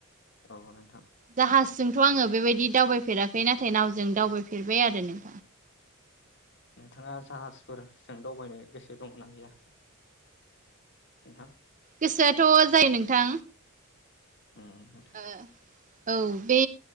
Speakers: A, on the left; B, on the right.
A: औ नोंथां।
B: जाहाजजोंथ' आंङो बेबायदि दावबायफेराखै नाथाय नावजों दावबायफेरबाय आरो नों
A: नोंथाङा जाहाजफोरजों दावबायनो गोसो दंना गैया? नोंथां।
B: गोसोआथ' जायो नोंथां।
A: उम नोंथां
B: औ बे